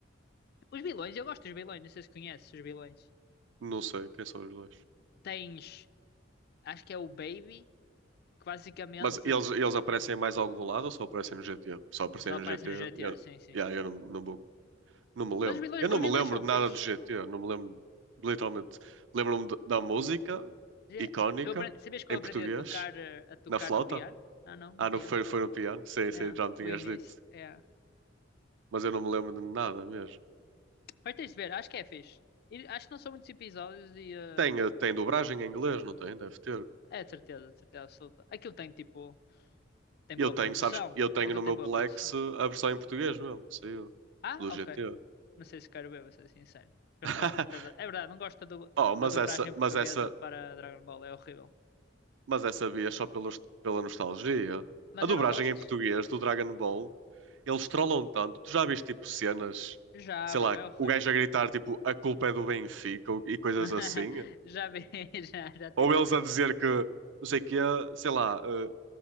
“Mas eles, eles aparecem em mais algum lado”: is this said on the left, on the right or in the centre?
Right